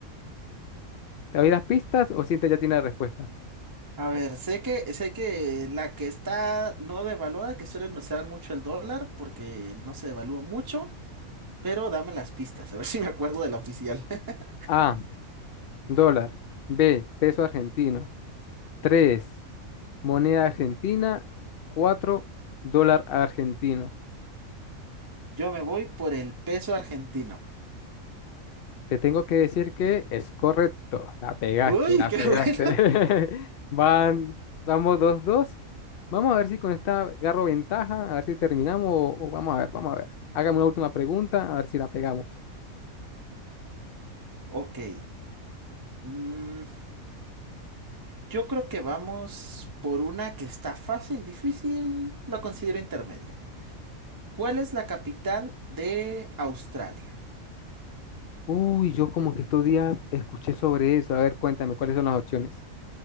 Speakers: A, on the left (about 70°); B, on the right (about 30°).
A: ¿Te doy las pistas o sientes ya tiene la respuesta?
B: A ver, sé que, sé que la que está no devaluada, que suelen usar mucho el dólar, porque no se devalúa mucho, pero dame las pistas, a ver <laughs> si me acuerdo de la oficial. <laughs>
A: A, dólar. B, peso argentino. Tres. moneda argentina. Cuatro. dólar argentino.
B: Yo me voy por el peso argentino.
A: Te tengo que decir que es correcto. La pegaste,
B: Uy,
A: la
B: qué
A: pegaste.
B: bueno.
A: <laughs> Van, vamos dos dos Vamos a ver si con esta agarro ventaja, a ver si terminamos o, o vamos a ver, vamos a ver. Hágame una última pregunta, a ver si la pegamos.
B: <laughs> Ok. mm, Yo creo que vamos por una que está fácil, difícil, la considero intermedia. ¿Cuál es la capital de Australia?
A: Uy, yo como que estos días escuché sobre eso. A ver, cuéntame, ¿cuáles son las opciones?